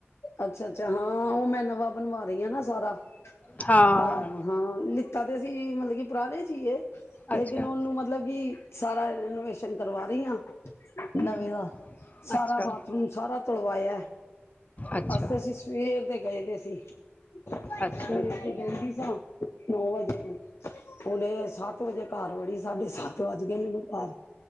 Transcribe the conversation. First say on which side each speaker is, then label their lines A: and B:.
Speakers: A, on the left (about 85°); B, on the left (about 35°).
A: ਅੱਛਾ-ਅੱਛਾ ਹਾਂ ਉਹ ਮੈਂ ਨਵਾਂ ਬਣਵਾ ਰਹੀ ਹਾਂ ਨਾ। ਸਾਰਾ,
B: ਹਾਂ
A: ਹਾਂ-ਹਾਂ, ਲਿ ਕਦੇ ਅਸੀਂ ਮਤਲਬ ਕਿ ਪੁਰਾਣੇ ਸੀਏ।
B: ਅੱਛਾ
A: ਲੇਕਿਨ ਉਹਨੂੰ ਮਤਲਬ ਕਿ ਸਾਰਾ ਇਹਨੂੰ, ਕਰਵਾ ਰਹੀ ਹਾਂ।
B: ਹਮ
A: ਨਵੇਂ ਦਾ ਸਾਰਾ
B: ਅੱਛਾ
A: ਬਾਥਰੂਮ ਸਾਰਾ, ਤਲਵਾਇਆ,
B: ਅੱਛਾ
A: ਅਸੀਂ-ਅਸੀਂ ਸਵੇਰ ਦੇ ਗਏ ਤੇ ਸੀ, ਸਵੇਰ
B: ਅੱਛਾ
A: ਗਈ ਸਾਂ ਨੌ ਵਜੇ ਦੀ ਹੁਣ ਸੱਤ ਵਜੇ, ਘਰ ਵਾਲੀ, ਸਾਡੇ ਸੱਤ ਵੱਜ ਗਏ ਮੈਨੂੰ ਘਰ,